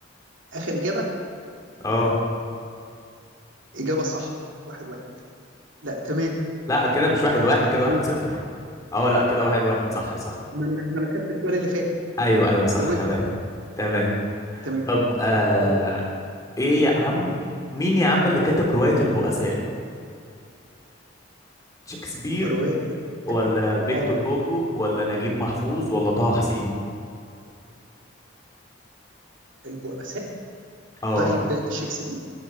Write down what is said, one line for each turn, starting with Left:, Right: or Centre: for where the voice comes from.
Right: اخر اجابة
Left: اه
Right: اجابة صح واحد واحد لا تمام
Left: لا كده
Right: تمام
Left: مش واحد واحد كده
Right: ماشي.
Left: واحد صفر اه لا كده واحد واحد صح صح
Right: ما انا ما انا خدت السؤال اللي فات
Left: ايوه ايوه صح
Right: جاوبت
Left: تمام تمام
Right: تمام
Left: طب آه
Right: يلا
Left: ايه يا عم مين يا عم اللي كتب روايه البؤساء شكسبير
Right: رواية البؤساء
Left: ولا فيكتور
Right: اه
Left: هوجو ولا نجيب محفوظ ولا طه حسين
Right: البؤساء
Left: اه
Right: طيب شكسبير